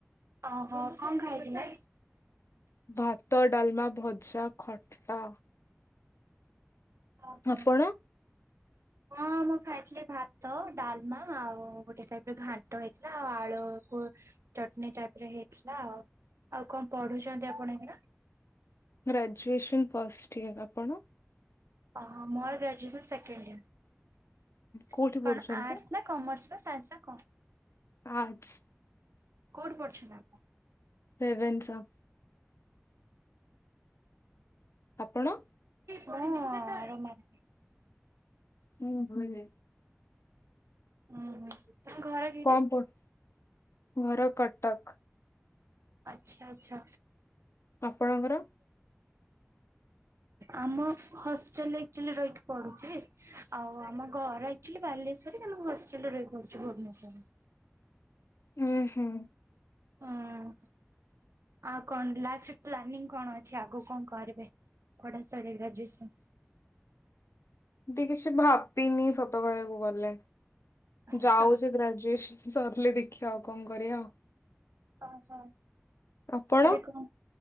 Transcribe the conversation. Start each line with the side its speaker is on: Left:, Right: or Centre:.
Right: ଓହୋ କଣ ଖାଇଥିଲେ?
Left: ଭାତ, ଡାଲମା, ଭଜା, ଖଟା।
Right: ଓ ହୋ।
Left: ଆପଣ? <inaudible>
Right: ହଁ ମୁଁ ଖାଇଥିଲି ଭାତ, ଡାଲମା ଆଉ ଗୋଟେ ଟାଇପରେ ଘାଣ୍ଟ ହେଇଥିଲା ଆଉ ଆଳୁକୁ ଚଟଣୀ ଟାଇପ ର ହେଇଥିଲା ଆଉ। ଆଉ କଣ ପଢୁଛନ୍ତି ଆପଣ ଏଇନା?
Left: ଗ୍ରାଜୁଏସନ୍ ପଷ୍ଟ ଇୟର ଆପଣ?
Right: ଓହୋ ମୋର ଗ୍ରାଜୁଏସନ୍ ସେକେଣ୍ଡ ଇୟର,
Left: କୋଉଠି ପଢୁଛନ୍ତି?
Right: କଣ ଆର୍ଟସ ନା କମର୍ସ ନା ସାଇନ୍ସ ନା କଣ?
Left: ଆର୍ଟ୍ସ।
Right: କୋଉଠି ପଢୁଛନ୍ତି ଆପଣ?
Left: ରେଭେନ୍ସା। ଆପଣ?
Right: ମୁଁ ରମାଦେବୀ।
Left: ହୁଁ ଭ <inaudible>
Right: ଉଁ ହୁଁ ଆପଣଙ୍କ ଘର କୋଉଠି?
Left: କଣ ପଢୁ ଘର କଟକ।
Right: ଆଚ୍ଛା-ଆଚ୍ଛା।
Left: ଆପଣଙ୍କର?
Right: ଆମ ହଷ୍ଟେଲରେ ଆକ୍ଚୁଆଲି ରହିକି ପଡୁଛି। ଆଉ ଆମ ଘର ଆକ୍ଚୁଆଲି ବାଲେଶ୍ଵରରେ। କିନ୍ତୁ ମୁଁ ହଷ୍ଟେଲରେ ରହିକି ପଢୁଛି ଭୁବନେଶ୍ୱରରେ।
Left: ହୁଁ ହୁଁ।
Right: ହଁ ଆଉ କଣ ଲାଇଫ ରେ ପ୍ଲାନିଂ କଣ ଅଛି ଆଗକୁ କଣ କରିବେ? ପଢ଼ା ସାଇଲେ ଗ୍ରାଜୁଏସନ୍
Left: ଏମତି କିଛି ଭାବିନି ସତ କହିବାକୁ ଗଲେ।
Right: ଆଚ୍ଛା
Left: ଯାଉଛି ଗ୍ରାଜୁଏସନ ସରିଲେ ଦେଖିବା ଆଉ କଣ କରିବା ଆଉ।
Right: ଓହୋ
Left: ଆପଣ?
Right: ଏବେ କଣ?